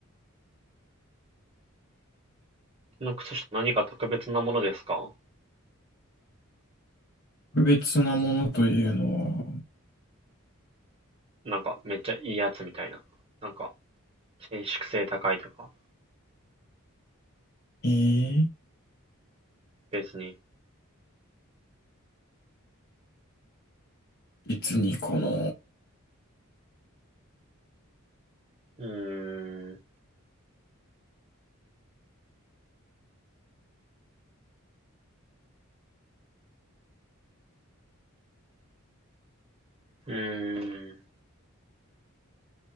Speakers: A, on the right; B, on the left.
A: の靴下何か特別なものですか
B: 特別なものというのは、
A: なんかめっちゃいいやつみたいな。なんか伸縮性高いとか。
B: えー、
A: 別に。
B: 別にかな。う
A: うーん。うーん。